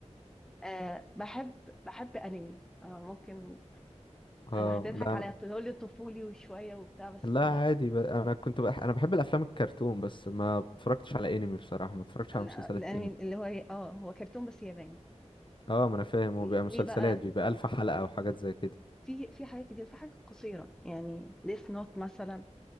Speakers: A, in the centre; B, on the left (about 45°).
A: أه بحب بحب انمي أه ممكن
B: اه
A: هتضحك
B: لا
A: عليا
B: أنا
A: تقول لي طفولي وشويه وبتاع بس
B: لا
A: لا
B: عادي ب... أنا كنت بح... أنا بحب الأفلام الكرتون بس ما اتفرجتش على أنمي بصراحة ما اتفرجتش
A: ال-
B: على مسلسلات
A: الانمي
B: أنمي
A: اللي هو إيه؟ اه هو كرتون بس ياباني
B: اه ما أنا فاهم
A: ليه
B: هو بيبقى مسلسلات
A: بقى
B: بيبقى ألف حلقة وحاجات زي كده
A: في في حاجات كتير في حاجات قصيره يعني ديث نوت مثلا